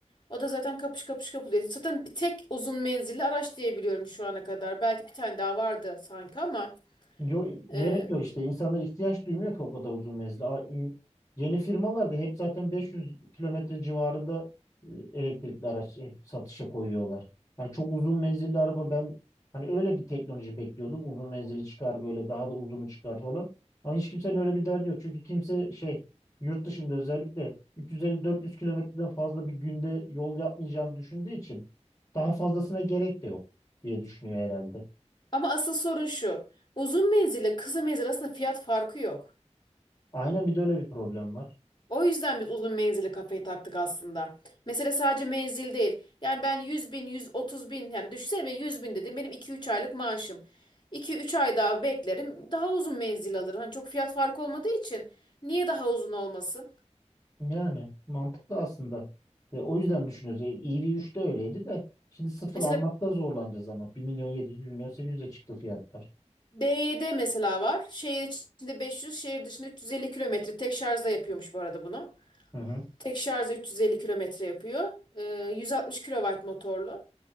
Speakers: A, on the left (about 40°); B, on the left (about 25°).
A: O da zaten kapış kapış kapılıyor. Zaten bir tek uzun menzilli araç diyebiliyorum şu ana kadar. Belki bir tane daha vardı sanki ama
B: Yo, gerek
A: e,
B: yok işte. İnsanlar ihtiyaç duymuyor ki o kadar uzun menzili. A- in- Yeni firmalar da hep zaten 500 kilometre civarında e, elektrikli araç hep satışa koyuyorlar. Hani çok uzun menzilli araba ben hani öyle bir teknoloji bekliyordum. Uzun menzili çıkar böyle daha da uzunu çıkar falan. Ama hiç kimsenin öyle bir derdi yok. Çünkü kimse şey yurt dışında özellikle 350-400 kilometreden fazla bir günde yol yapmayacağını düşündüğü için daha fazlasına gerek de yok diye düşünüyor herhalde.
A: ama asıl sorun şu. Uzun menzille kısa menzil arasında fiyat farkı yok.
B: Aynen bir de öyle bir problem var.
A: O yüzden biz uzun menzili kafayı taktık aslında. Mesela sadece menzil değil. Yani ben 100 bin, 130 bin yani düşünsene ben 100 bin dedim benim 2-3 aylık maaşım. 2-3 ay daha beklerim daha uzun menzil alırım. Hani çok fiyat farkı olmadığı için niye daha uzun olmasın?
B: Yani mantıklı aslında. Ve o yüzden düşünüyoruz. E, EV3'te öyleydi de şimdi sıfır
A: Mesela
B: almakta zorlanacağız ama. bir milyon 700, 1 milyon 800'e çıktı fiyatlar.
A: BYD mesela var. Şehir içinde 500, şehir dışında 350 kilometre. Tek şarjla yapıyormuş bu arada bunu.
B: Hı hı.
A: Tek şarjla 350 kilometre yapıyor. Ee, 160 kilowatt motorlu.